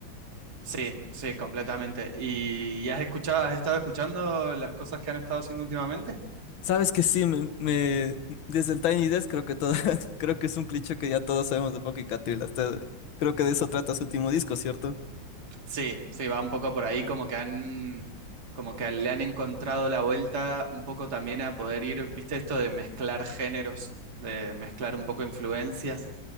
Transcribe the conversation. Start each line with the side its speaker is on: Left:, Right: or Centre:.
Right: Sí, sí, completamente. ¿Y, y has escuchado, has estado escuchando las cosas que han estado haciendo últimamente?
Left: Sabes que sí, me, me- desde el Tiny Desk creo que todo, <laughs> creo que es un cliché que ya todos sabemos de Paco y Catriel. Hasta, creo que de eso trata su último disco, ¿cierto?
Right: Sí, sí, va un poco por ahí, como que han, como que le han encontrado la vuelta un poco también a poder ir, ¿viste esto de mezclar géneros, de mezclar un poco influencias?